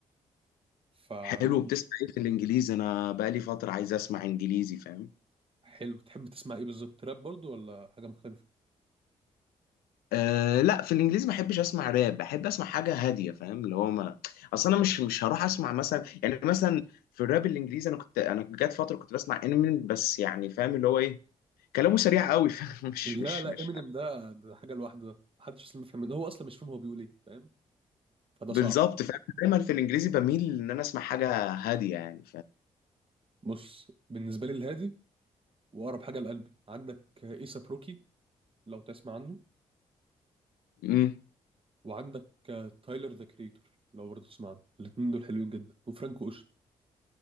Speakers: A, on the right (about 35°); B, on the left (about 80°).
A: فممكن
B: حلو بتسمع ايه في الانجليزي انا بقالي فتره عايز اسمع انجليزي فاهم
A: حلو تحب تسمع ايه بالظبط راب برضو ولا حاجه مختلفه
B: أه لا في الانجليزي ما بحبش اسمع راب بحب اسمع حاجه هاديه فاهم اللي هو ما اصل انا مش مش هروح اسمع مثلا يعني مثلا في الراب الانجليزي انا كنت انا جات فتره كنت بسمع انمين بس يعني فاهم اللي هو ايه كلامه سريع قوي <laughs> فاهم مش
A: لا
B: مش
A: لا
B: مش
A: امينيم ده ده حاجه لوحده محدش اصلا بيفهم منه هو اصلا مش فاهم هو بيقول ايه فاهم فده
B: بالظبط
A: صعب
B: فاهم دايما في الانجليزي بميل ان انا اسمع حاجه هاديه يعني
A: بص بالنسبه لي الهادي واقرب حاجه لقلبي عندك ايسا بروكي لو تسمع عنه
B: فاهم
A: وعندك تايلر ذا كريتور لو برضه تسمع عنه الاثنين دول حلوين جدا وفرانكو اوشن